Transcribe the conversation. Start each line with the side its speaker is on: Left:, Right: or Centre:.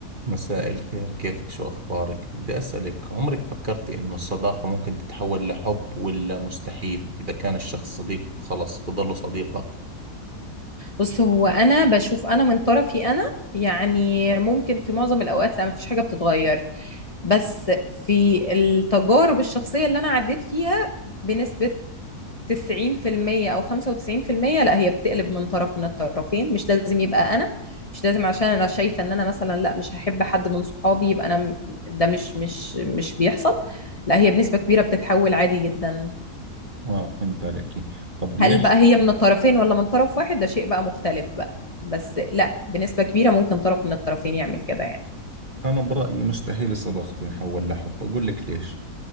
Right: مساء الخير كيفك شو أخبارك؟ بدي أسألك عمرك فكرتي إنه الصداقة ممكن تتحول لحب ولا مستحيل إذا كان الشخص صديقك خلص بضله صديقك؟
Left: بص هو انا بشوف انا من طرفي انا يعني ممكن في معظم الاوقات لا مفيش حاجه بتتغير بس في التجارب الشخصيه اللي انا عديت فيها بنسبه 90% او 95% لا هي بتقلب من طرف من الطرفين مش لازم يبقى انا مش لازم عشان انا شايفه ان انا مثلا لا مش هحب حد من صحابي يبقى انا م- ده مش مش مش بيحصل لا هي بنسبه كبيره بتتحول عادي جدا
Right: آه فهمت عليك طب ليش
Left: هل بقى هي من الطرفين ولا من طرف واحد ده شيء بقى مختلف بقى بس لا بنسبة كبيرة ممكن طرف من الطرفين يعمل كده يعني
Right: أنا برأيي مستحيل الصداقة تنحول لحب أقول لك ليش